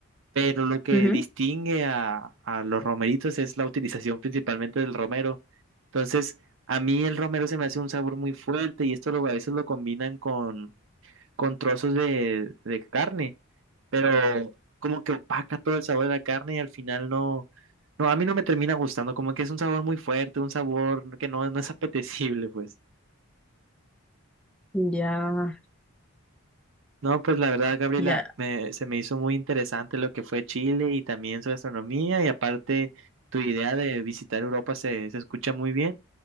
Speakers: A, on the right; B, in the centre.
A: pero lo que
B: Ujú.
A: distingue a, a los romeritos es la utilización principalmente del romero. Entonces, a mí el romero se me hace un sabor muy fuerte y esto lo, a veces lo combinan con, con trozos de, de carne, pero como que opaca todo el sabor de la carne y al final no, no, a mí no me termina gustando, como que es un sabor muy fuerte, un sabor que no, no es apetecible, pues.
B: Ya,
A: No, pues la verdad, Gabriela,
B: ya.
A: me- se me hizo muy interesante lo que fue Chile y también su gastronomía y aparte tu idea de visitar Europa se, se escucha muy bien,